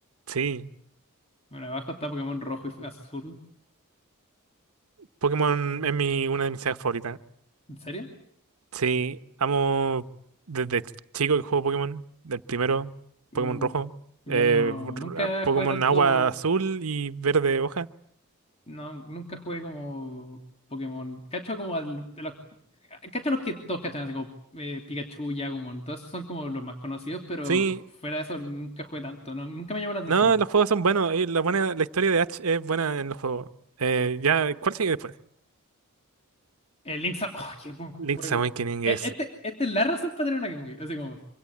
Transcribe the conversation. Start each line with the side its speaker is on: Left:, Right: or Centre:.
Right: Sí.
Left: Bueno, abajo está Pokémon rojo y azul.
Right: Pokémon es mi, una de mis sagas favoritas.
Left: ¿En serio?
Right: Sí, amo desde chico que juego Pokémon, del primero,
Left: Mm,
Right: Pokémon rojo,
Left: yo
Right: eh,
Left: no,
Right: r-
Left: nunca
Right: ah, Pokémon
Left: jugué tanto
Right: agua azul y verde hoja.
Left: No, nunca jugué como Pokémon. Cacho como al, de los, cacho los que todos cachan, así como eh, Pikachu, Yagumon. Todos esos son como los más conocidos, pero
Right: Sí,
Left: fuera de eso nunca jugué tanto, ¿no? Nunca me llamó la atención.
Right: no, los juegos son buenos, y la buena, la historia de Ash es buena en los juegos. Eh, ya, ¿cuál sigue después?
Left: El Link's Awakening, oh, qué buen juego.
Right: Link's Awakening
Left: E-
Right: es
Left: Este, esta es la razón para tener una Game Boy, así como